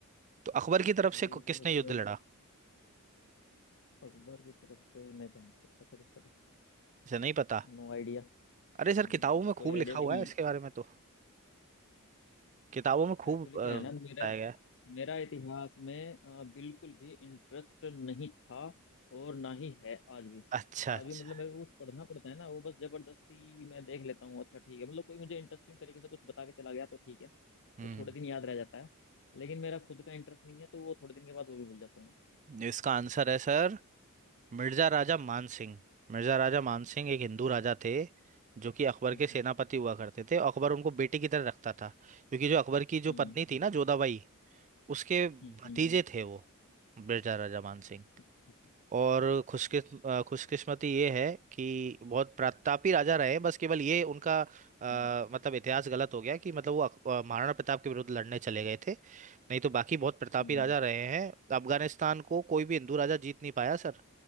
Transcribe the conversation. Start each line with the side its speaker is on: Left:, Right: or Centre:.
Right: तो अकबर की तरफ से
Left: ये
Right: को- किसने
Left: तो सर
Right: युद्ध लड़ा
Left: अकबर की तरफ से मैं कह नहीं सकता सर इसका तो
Right: मुझे नहीं पता
Left: नो आइडिया
Right: अरे
Left: हम्म,
Right: सर किताबों में खूब
Left: कोई आइडिया
Right: लिखा
Left: भी
Right: हुआ
Left: नहीं
Right: है इसके
Left: है
Right: बारे में तो किताबों में खूब
Left: एक्चुअली
Right: अ, बताया
Left: क्या है ना मेरा
Right: गया है
Left: मेरा इतिहास में अ, बिल्कुल भी इंटरेस्ट नहीं था और ना ही है आज भी
Right: अच्छा
Left: आज
Right: अच्छा
Left: भी मतलब मेरे को कुछ पढ़ना पड़ता है ना वो बस जबरदस्ती मैं देख लेता हूँ अच्छा ठीक है मतलब कोई मुझे इंटरेस्टिंग तरीके से कुछ बता के चला गया तो ठीक है
Right: हम्म
Left: वो थोड़े दिन याद रह जाता है लेकिन मेरा खुद का इंटरेस्ट नहीं है तो वो थोड़े दिन के बाद वो भी भूल जाता हूँ
Right: इसका आंसर है सर मिर्जा राजा मान सिंह मिर्जा राजा मान सिंह एक हिंदू राजा थे जो कि अकबर
Left: मैं।
Right: के
Left: अच्छा
Right: सेनापति
Left: अच्छा
Right: हुआ करते थे अकबर उनको बेटे की तरह रखता था क्योंकि जो अकबर की जो
Left: हम्म
Right: पत्नी थी ना जोधाबाई उसके
Left: हम्म
Right: भतीजे थे वो मिर्जा राजा मान सिंह
Left: अच्छा
Right: और खुशकिस्म अ, खुशकिस्मती ये है कि बहुत प्रतापी राजा रहे बस केवल ये उनका अ,
Left: हम्म
Right: मतलब इतिहास गलत हो गया कि मतलब वो अक- अ, महाराणा प्रताप के विरुद्ध लड़ने चले गए थे नहीं तो बाकी बहुत प्रतापी
Left: हम्म
Right: राजा हम्म रहे हैं अफगानिस्तान को कोई भी हिंदू राजा जीत नहीं पाया सर